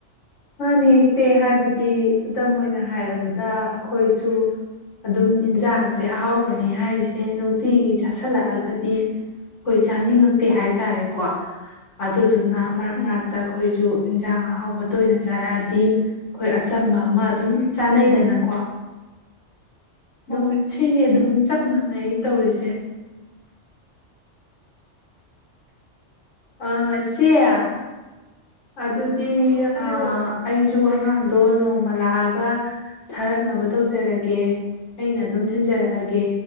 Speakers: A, on the left; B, on the left.
A: ꯃꯥꯅꯦ ꯏꯆꯦ ꯍꯥꯏꯕꯗꯤ ꯈꯨꯗꯝ ꯑꯣꯏꯅ ꯍꯥꯏꯔꯕꯗ ꯑꯩꯈꯣꯏꯁꯨ ꯑꯗꯨꯝ ꯏꯟꯁꯥꯡꯁꯦ ꯑꯍꯥꯎꯕꯅꯤ ꯍꯥꯏꯔꯤꯁꯦ ꯅꯨꯡꯇꯤꯒꯤ ꯆꯥꯥꯁꯜꯂꯛꯑꯒꯗꯤ ꯑꯩꯈꯣꯏ ꯆꯥꯅꯤꯡꯉꯛꯇꯦ ꯍꯥꯏ ꯇꯔꯦꯀꯣ ꯑꯗꯨ ꯑꯗꯨꯅ ꯃꯔꯛ
B: ꯎꯝ
A: ꯃꯔꯛꯇ ꯑꯩꯈꯣꯏꯁꯨ ꯌꯦꯟꯁꯥꯡ ꯑꯍꯥꯎꯕꯗ ꯇꯣꯏꯅ ꯆꯥꯔꯛꯑꯗꯤ ꯑꯩꯈꯣꯏ ꯑꯆꯝꯕ ꯑꯃ ꯑꯗꯨꯝ ꯆꯥꯅꯩꯗꯅꯀꯣ ꯑꯗꯨꯝ
B: ꯍꯣꯏ
A: ꯁꯤꯅꯤ ꯑꯗꯨꯝ ꯆꯞ ꯃꯥꯟꯅꯩ ꯇꯧꯔꯤꯁꯦ ꯑ ꯏ ꯁꯤꯦꯌꯥ ꯑꯗꯨ
B: ꯍꯥꯏꯌꯣ
A: ꯑ ꯑꯩ ꯖꯨ ꯑꯉꯥꯡꯗꯣ ꯅꯣꯡꯃ ꯂꯥꯛꯑꯒ ꯊꯥꯔꯛꯅꯕ ꯇꯧꯖꯔꯒꯦ ꯑꯩꯅ ꯑꯗꯨꯝ ꯊꯤꯟꯖꯔꯛꯑꯒꯦ